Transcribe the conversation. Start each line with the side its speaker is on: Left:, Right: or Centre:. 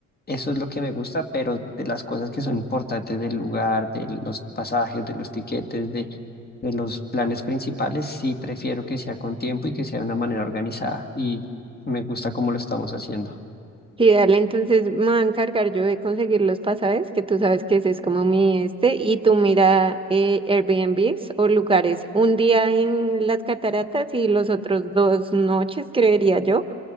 Left: Eso es lo que me gusta, pero de las cosas que son importantes del lugar, de los pasajes, de los tiquetes, de, de los planes principales, sí prefiero que sea con tiempo y que sea de una manera organizada. Y me gusta cómo lo estamos haciendo.
Right: Y dale, entonces me voy a encargar yo de conseguir los pasajes, que tú sabes que ese es como mi este, y tú mira eh, Airbnbs o lugares, un día en las cataratas y los otros dos noches, creería yo,